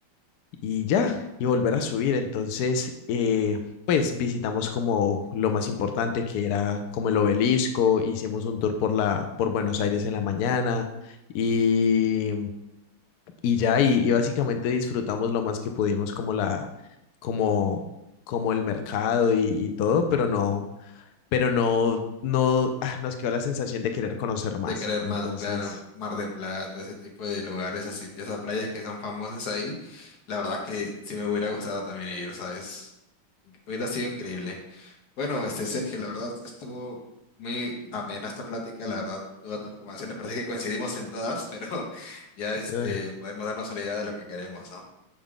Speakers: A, on the left; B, on the left.
A: y ya, y volver a subir. Entonces, eh, pues visitamos como lo más importante que era como el obelisco, hicimos un tour por la, por Buenos Aires en la mañana y, y ya, y, y básicamente disfrutamos lo más que pudimos como la, como, como el mercado y, y todo, pero no, pero no, no, ah, nos quedó la sensación de querer conocer
B: de
A: más.
B: querer
A: Entonces,
B: más, claro, Mar de Plata, ese tipo de lugares así, esas playas que son famosas ahí, la verdad es que sí me hubiera gustado también ir, ¿sabes? Hubiera sido increíble. Bueno, este Sergio, la verdad estuvo muy amena esta plática, la verdad, todas tus recomendaciones parece que coincidimos en todas, pero <laughs> ya este
A: eh.
B: podemos darnos una idea de lo que queremos, ¿no?